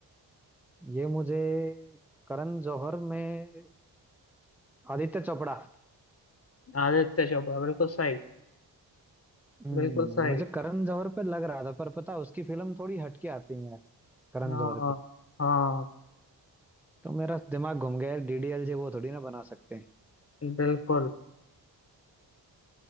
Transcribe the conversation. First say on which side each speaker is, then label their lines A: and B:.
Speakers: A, in the centre; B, on the left.
A: ये मुझे करण जौहर में आदित्य चोपड़ा
B: आदित्य चोपड़ा बिल्कुल सही
A: हम्म,
B: बिल्कुल सही
A: मुझे करण जौहर पे लग रहा था पर पता उसकी फिल्म थोड़ी हटके आती है यार करण
B: हाँ
A: जौहर की
B: हाँ
A: तो मेरा दिमाग घूम गया यार डीडीएलजे वो थोड़ी ना बना सकते हैं
B: बिल्कुल